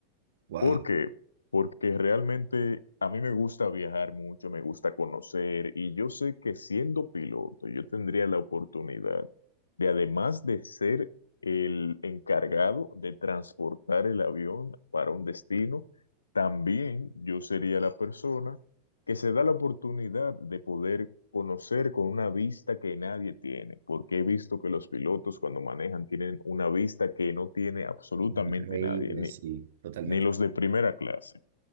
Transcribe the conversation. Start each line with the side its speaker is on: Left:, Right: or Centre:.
Right: Wow,
Left: ¿Por qué? Porque realmente a mí me gusta viajar mucho, me gusta conocer y yo sé que siendo piloto yo tendría la oportunidad de, además de ser el encargado de transportar el avión para un destino, también yo sería la persona que se da la oportunidad de poder conocer con una vista que nadie tiene, porque he visto que los pilotos cuando manejan tienen una vista que no tiene absolutamente
Right: increíble,
Left: nadie,
Right: sí, totalmente
Left: ni los de primera clase.